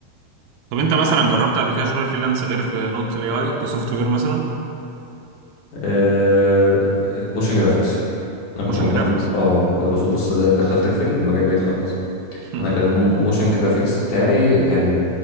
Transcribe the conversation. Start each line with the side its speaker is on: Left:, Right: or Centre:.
Right: طب أنت مثلا جربت قبل كده شغل فريلانس غير في نقطة الاي اي كسوفت وير مثلا
Left: أه موشن جرافيكس أنا كنت
Right: موشن
Left: مهتم
Right: جرافيكس
Left: اه ده بص بص ده دخلتك فين المجال بعيد خالص
Right: <laughs>
Left: أنا كان الموشن جرافيكس بتاعي كان